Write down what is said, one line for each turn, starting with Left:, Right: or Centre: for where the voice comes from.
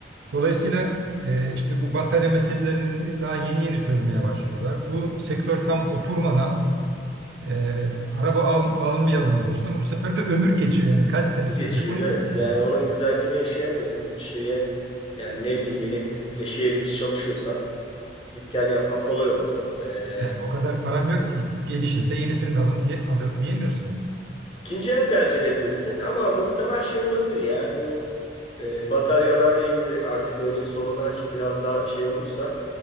Right: Dolayısıyla e, işte bu batarya meselelerini daha yeni yeni çözmeye başlıyorlar. Bu sektör tam oturmadan e, araba al- almayalım diyorsun ama bu sefer de ömür geçiyor. Yani kaç sene sürecek
Left: Geçiyor
Right: onu
Left: evet.
Right: kim bilir.
Left: Yani onun güzelliğini yaşayamıyorsun. Şeye yani ne bileyim bir elektrikle şehir içi çalışıyorsan git gel yapman kolay oluyor. E,
Right: Yani o kadar param yok ki gelişirse yenisini de alım diye, alırım diyemiyorsun. Yani.
Left: İkinci el tercih edebilirsin ama muhtemel şey olabilir ya bu e, bataryalarla ilgili artık böyle sorunlar biraz daha şey olursa